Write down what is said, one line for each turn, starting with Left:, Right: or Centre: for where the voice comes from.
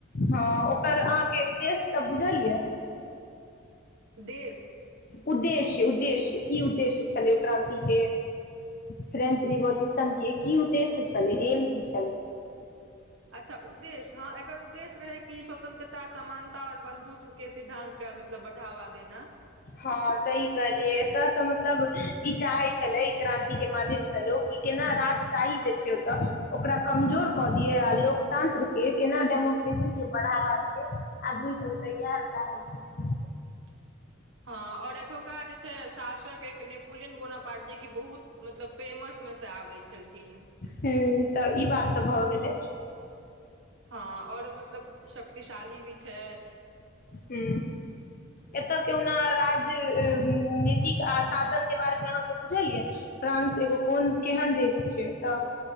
Left: हँ ओकर अहाँके उद्देश्यसभ बुझल यए
Right: देश
Left: उद्देश्य उद्देश्य की उद्देश्य छलै क्रान्तिके फ्रेंच रिवोल्यूशन के की उद्देश्य छलै एम की छलै
Right: अच्छा उद्देश्य हँ एकर उद्देश्य रहै कि स्वतंत्रता समानता आओर बन्धुत्वके सिद्धानंतके मतलब बढ़ावा देना
Left: हँ सही कहलियै एतयसँ मतलब ई चाहे छले क्रान्ति के माध्यम से लोक केना राजशाही जे छै ओतऽ ओकरा कमजोर कऽ दियै आ लोकतांत्र के केना डेम के बढ़ावा दिय आदमी सब त इएह चाहय छथि
Right: <unintelligible> हँ आओर एतुका जे छै शासक एक नेपोलियन बोना पाट जेकि बहुत मतलब फेमसमे सँ आबै छलखिन
Left: हू तऽ ई बात तऽ भऽ गेलै
Right: हँ आओर मतलब शक्तिशाली भी छै
Left: हू एतय केहुना राज्य नीतिक आ शासन के बारेमे अहाँके बुझलियै फ्रांस फ्रांस एगो कोन केहन देश छै तऽ